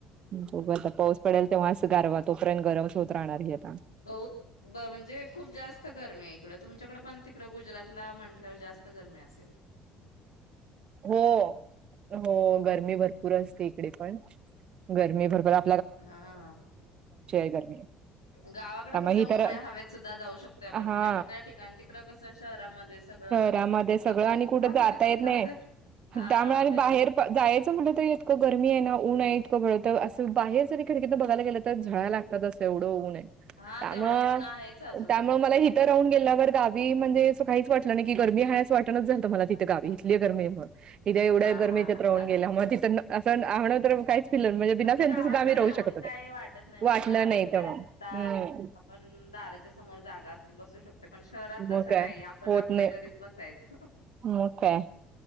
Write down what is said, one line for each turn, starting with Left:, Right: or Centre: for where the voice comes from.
Right: खूप आता पाऊस पडेल तेव्हा असं गारवा तोपर्यंत गरमच होत राहणार हे आता.
Left: बहुत ब म्हणजे खूप जास्त गर्मी आहे इकडं. तुमच्याकडं पण तिकडं गुजरातला म्ह जास्त गर्मी असेल?
Right: हो हो गरमी भरपूर असते इकडे पण गरमी भरभरा
Left: हा हा
Right: गरमी
Left: गावाकडं
Right: त्यामुळे
Left: कसं
Right: ही
Left: मोगळ्या
Right: तर
Left: हवेत सुद्धा जाऊ शकतोय आपण, म्हणजे
Right: हा
Left: मोकळ्या ठिकाण तिकडं कसं शहरामध्ये सगळं
Right: त्या मध्ये सगळं
Left: आपण
Right: आणि कुठं
Left: आहे
Right: जाता
Left: तिथंच
Right: येत नाही.
Left: राहतोय हा
Right: त्यामुळे आणि
Left: तेच
Right: बाहेर प जायाचं म्हणलं तरी इतकं गरमी आहे ना ऊन ये इतकं तर असं बाहेर जरी खिडकीत न बघायला गेलं तर झळाय लागतात असं एवढं उनये.
Left: हा
Right: कामं
Left: तेवढं ऊन आहेच अजून
Right: कामं
Left: ऊन कमी
Right: मला
Left: नाही
Right: इथ
Left: झालेलं
Right: राहून गेल्यावर गा मी म्हणजे सकाळीच वा आणि हि गरमी हाय असं वाटनाच झालतं मला तिथं गावी इथली गरमी ये म्हणून. इथं एवढ्या
Left: हा
Right: गरमीतत राहून
Left: हा
Right: गेल्या मग तिथं असं आम्हाला तर काहीच फिल
Left: म्हणजे
Right: बिना फॅनचं
Left: गावाकडं
Right: सुद्धा आम्ही राहू
Left: एवढं
Right: शकत होतो.
Left: काय वाटत नाही म्हणजे
Right: वाटलं
Left: झाडे
Right: नाही
Left: वगैरे
Right: तर मग
Left: असतात.
Right: हम्म
Left: आपण दाराच्या समोर जागा बसू शकतो. पण शहरात तसं
Right: मग काय
Left: नाही आपण
Right: होत
Left: आपल्या
Right: नाही
Left: घरीच बसायचं.
Right: मग काय?